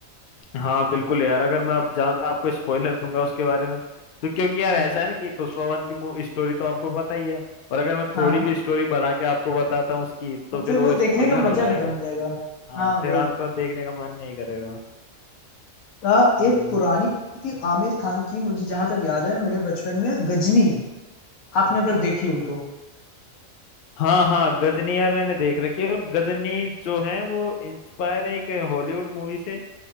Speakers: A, on the left; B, on the left.
A: हाँ बिल्कुल यार अगर मैं अब ज्यादा आपको स्पॉइलर दूंगा उसके बारे में तो क्योंकि यार
B: नहीं,
A: ऐसा है ना कि पुष्पा वन की स्टोरी तो आपको पता ही है और अगर मैं
B: हाँ
A: थोड़ी
B: हाँ
A: भी स्टोरी बढ़ा के आपको बताता हूँ उसकी तो
B: और
A: फिर
B: फिर
A: वो
B: वो
A: स्पॉइलर
B: देखने का मजा
A: हो जाएगा
B: खत्म हो जाएगा
A: हाँ
B: हाँ
A: फिर
B: वही
A: आपका देखने का मन नहीं करेगा
B: आ,
A: हम्म
B: एक पुरानी थी आमिर खान की मुझे जहां तक याद है मेरे बचपन में गजनी आपने अगर देखी हो तो
A: हाँ हाँ गजनी यार मैंने देख रखी है और गजनी जो है वो इंस्पायर है एक हॉलीवुड मूवी से